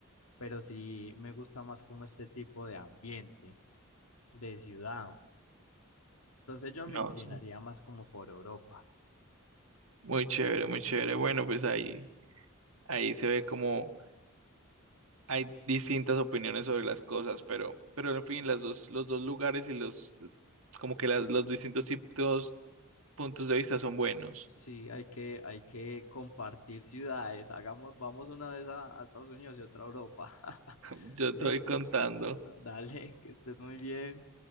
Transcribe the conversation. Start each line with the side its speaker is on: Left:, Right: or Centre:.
Left: pero sí me gusta más como este tipo de ambiente, de ciudad. Entonces yo me
Right: No,
Left: inclinaría
Right: es
Left: más como por Europa.
Right: muy chévere, muy chévere. Bueno, pues ahí, ahí se ve como... hay distintas opiniones sobre las cosas, pero, pero en fin, las dos, los dos lugares y los, como que las- los distintos tipos, puntos de vista son buenos.
Left: Sí, hay que, hay que compartir ciudades. Hagamos, vamos una vez a, a Estados Unidos y otra a Europa. <laughs>
Right: <laughs> Yo estoy
Left: Listo.
Right: contando.
Left: Dale, que estés muy bien.